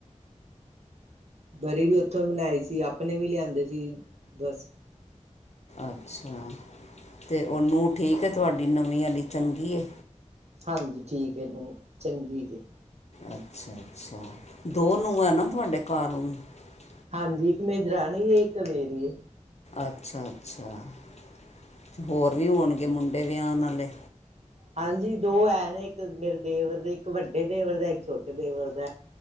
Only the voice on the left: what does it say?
ਅੱਛਾ ਤੇ ਉਹ ਨੂੰ ਠੀਕ ਹੈ। ਤੁਹਾਡੀ ਨਵੀਂ ਵਾਲੀ ਚੰਗੀ ਹੈ।
ਅੱਛਾ। <unintelligible> ਅੱਛਾ ਦੋ ਨੂਹਾਂ ਹੈ ਨਾ। ਤੁਹਾਡੇ ਘਰ ਆਉਂ। <unintelligible>
ਅੱਛਾ-ਅੱਛਾ ਹੋਰ। ਹੋਰ ਵੀ ਹੋਣਗੇ ਮੁੰਡੇ ਵੀ ਵਿਹਾਉਣ ਵਾਲੇ।